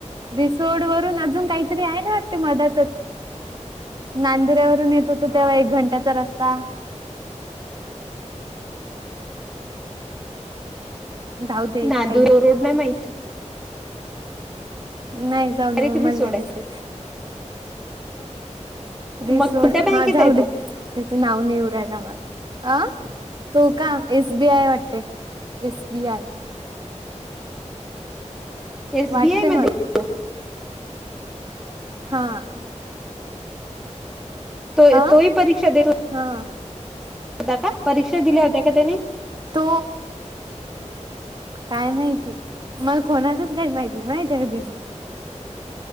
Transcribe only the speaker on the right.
रिसोड वरून अजून काहीतरी आहे ना वाटते मदातच. नांदुऱ्यावरून येत होतो तेव्हा एक घंट्याचा रस्ता. <unintelligible> जाऊ दे
काही
नाही जाऊ ना
मग
मलाला
माहिती. रिसोड
हा
जाऊ
दे त्याचं नाव नेवराज. अ तू का एसबीआय वाटते एसबीआय.
वाटते मला
हा.
आह
हा.
तो काय माहितीय मला कोणातच काही माहिती नाही माहिती आहे का दिदी.